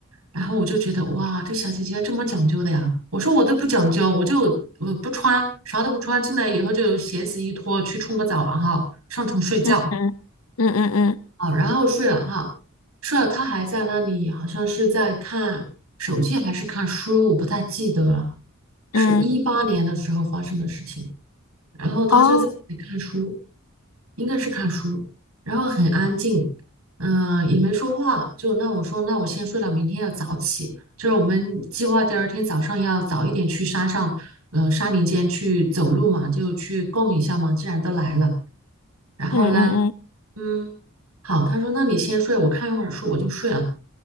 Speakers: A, on the right; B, on the left.
A: 然后我就觉得哇，这小姐姐这么讲究的呀！我说我都不讲究，我就我不穿，啥都不穿，进来以后就鞋子一脱，去冲个澡，然后上床睡觉。
B: 嗯嗯嗯嗯
A: 好，然后睡了哈，睡了，她还在那里，好像是在看手机还是看书，我不太记得了，是一八年的时候发生的事情。
B: 嗯嗯，
A: 然后他就在那里看书，
B: 哦，
A: 应该是看书，然后很安静，嗯、也没说话。就那我说，那我先睡了，明天要早起。就是我们计划第二天早上要早一点去山上，嗯、山林间去走路嘛，就去逛一下嘛。既然都来了，然后呢，
B: 嗯嗯嗯
A: 嗯，好，他说那你先睡，我看一会儿书，我就睡了。